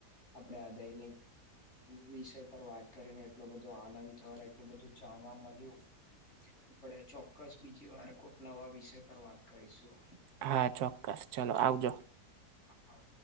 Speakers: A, on the left (about 45°); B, on the right (about 75°).
A: આપડે આ દૈનિક વિષય પર વાત કરીને એટલો બધો આનંદ થયો એટલું બધું જાણવા મળ્યું. આપણે ચોક્કસ બીજી વાર કોક નવા વિષય પર વાત કરીશું.
B: હા ચોક્કસ ચલો
A: હા
B: આવજો.
A: હા.